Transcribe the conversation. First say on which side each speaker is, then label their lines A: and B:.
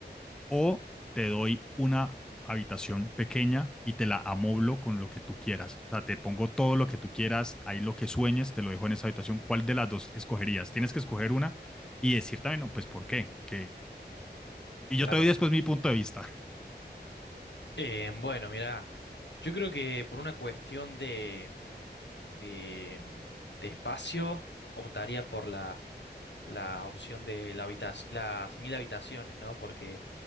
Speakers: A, in the centre; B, on the left (about 80°).
A: o te doy una habitación pequeña y te la amoblo con lo que tú quieras. O sea, te pongo todo lo que tú quieras, ahí lo que sueñes, te lo dejo en esa habitación. ¿Cuál de las dos escogerías? Tienes que escoger una y decir también, no, pues, ¿por qué? Que... Y
B: Claro.
A: yo te doy después mi punto de vista. <laughs>
B: Eh, bueno, mira, yo creo que por una cuestión de, de, mm, de espacio optaría por la la opción de la habitac- las mil habitaciones, ¿no? Porque